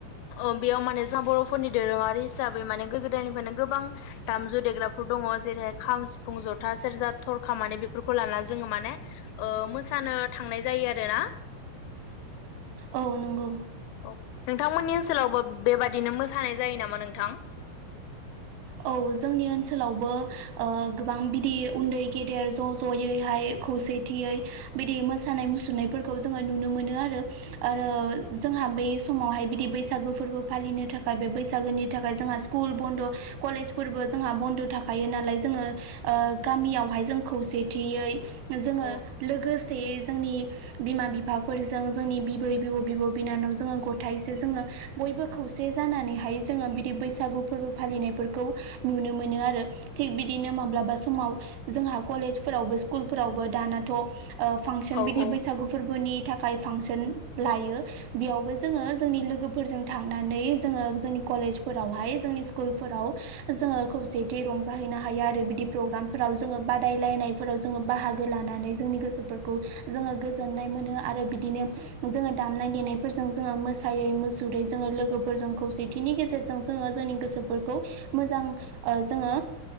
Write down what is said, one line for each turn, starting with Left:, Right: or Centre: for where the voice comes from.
Left: ओं बेयाव माने जोंहा बर'फोरनि दोरोङारि हिसाबै माने गो गोदायनिफ्रायनो गोबां दामजु देग्राफोर दङ ओ जेरैाय खाम सिफुं ज'था सेर ज थरखा माने बेफोरखौ लानानानै जोङो माने ओ मोसानो थांनाय जायो आरोना
Right: औ नंगौ
Left: औ नोंथांमोननि ओनसोलावबो बेबादिनो मोसानाय जायो नामा नोंथां
Right: औ जोंनि ओनसोलावबो गोबां बिदि उन्दै गेदेर ज' ज'यैहाय खौसेथियै बिदि मोसानाय मुसुरनायफोरखौ जोङो नुनो मोनो आरो आरो जोंहा बेै समावहाय बिदि बैसागो फोरबो फालिनो थाखाय बे बैसागोनि थाखाय जोंहा स्कुल बन्द' कलेजफोरबो जोंहा बन्द' थाखायो नालाय जोङो ओ गामियावहाय जों खौसेथियै जोङो
Left: औ
Right: लोगोसे जोंनि बिमा बिफाफोरजों जोंनि बिबै बिब' बिब' बिनानाव जोङो गथसे जोङो बयबो खौसे जानानैहाय जोङो बिदि बैसागु फोरबो फालिनायफोर खौ नुनो मोनो आरो थिग बिदिनो माब्लाबा समाव जोंहा कलेजफोरावबो स्कुलफोराव दानाथ' ओ फांसन
Left: औ
Right: बिदि
Left: औ
Right: बैसागु फोरबोनि थाखाय थाखाय फांसन लायो बेयावबो जोङो जोंनि लोगोफोरजों थांनानै जोङो जोंनि कलेजफोरावहाय जोंनि स्कुलफोराव जोङो खौसेथि रंजाहैनो हायो आरो बिदि प्रग्रामफोराव जोङो बादायलायनायफोराव जोङो बाहागो। लानानै जोंनि गोसोफोरखौ जोङो गोजोननाय मोनो आरो बिदिनो जोङो दामनाय देनाय जों जोङो मोसायै मुसुरै जोङो लोगोफोरजों खौसेथिनि गेजेरजों जोङो जोंनि गोसोफोरखौ मोजां जोङो